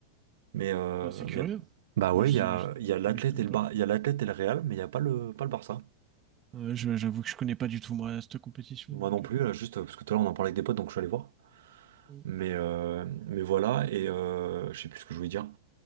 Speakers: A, on the right; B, on the right.
A: mais, euh,
B: bah, c'est curieux.
A: mais bah
B: Moi,
A: ouais,
B: je,
A: il y a,
B: je,
A: il y a l'Athlète
B: connais
A: et le
B: pas.
A: Bar- il y a l'Athlète et le Real, mais il n'y a pas le, pas le Barça.
B: Euh, je- J'avoue que je ne connais pas du tout, moi, cette compétition.
A: Moi
B: donc,
A: non plus,
B: euh,
A: là, juste euh, parce que tout à l'heure on en parlait avec des potes, donc je suis allé voir.
B: mm.
A: Mais, euh, mais voilà, et euh, je sais plus ce que je voulais dire.